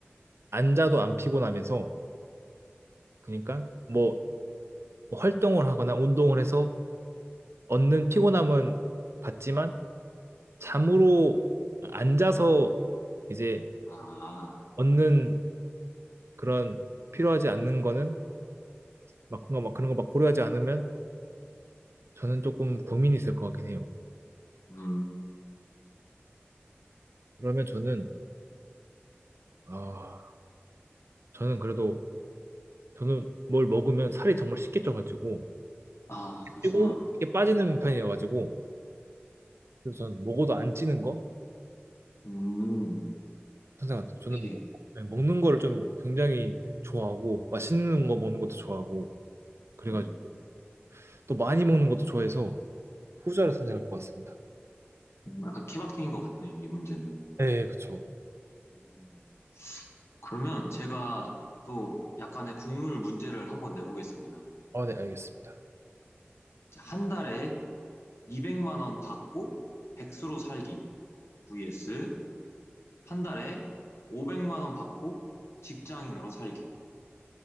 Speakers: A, on the right; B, on the left.
A: 안 자도 안 피곤하면서 그러니까 뭐 뭐 활동을 하거나 운동을 해서 얻는 피곤함은 받지만 잠으로 앉아서 이제
B: 아,
A: 얻는 그런 필요하지 않는 거는 막 그런 거막 그런 거 막 고려하지 않으면 저는 조금 고민이 있을 것 같긴 해요.
B: 음,
A: 그러면 저는 아 저는 그래도 저는 뭘 먹으면 살이 정말 쉽게 쪄가지고
B: 아, 그러시구나.
A: 찌고 쉽게 빠지는 편이어가지고 그래서 저는 먹어도 안 찌는 거
B: 음,
A: 항상 같아요. 저는
B: 역시,
A: 먹, 네, 먹는 거를 좀 굉장히 좋아하고 맛있는 거 먹는 것도 좋아하고 그래가지고
B: 네.
A: 또 많이 먹는 것도 좋아해서 후자를 선택할 것 같습니다.
B: 음, 약간 케바케인 것 같네요, 이 문제는.
A: 네, 그쵸.
B: 음, 그러면 제가 또 약간의 국룰 문제를 한번 내보겠습니다.
A: 아, 네, 알겠습니다.
B: 이제 한 달에 200만 원 받고 백수로 살기 vs 한 달에 500만 원 받고 직장인으로 살기.